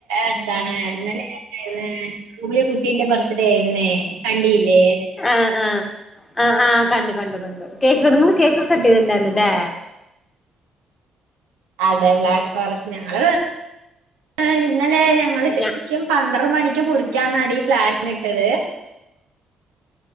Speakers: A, on the right (about 85°); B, on the left (about 30°).
A: എന്താണ് ഇന്നലെ <unintelligible> പോയ കുട്ടീന്റെ ബർത്ത്ഡേ ഇന്നേ കണ്ടീല്ലേ
B: ആഹ് ആഹ് ആഹ് ആഹ് കണ്ടു കണ്ടു കണ്ടു കേക്ക് ഇങ്ങള് കേക്കൊക്കെ കട്ടെയ്തിണ്ടായിര്ന്നുല്ലേ
A: അതെ ബ്ലാക്ക് ഫോറസ്റ്റ് ഞങ്ങള് <inaudible> ഇന്നലെ ഞങ്ങള് ശ
B: ഞാ
A: രിക്കും പന്ത്ര മണിക്ക് മുറിക്കാന്നാടീ പ്ലാൻ ഇട്ടത്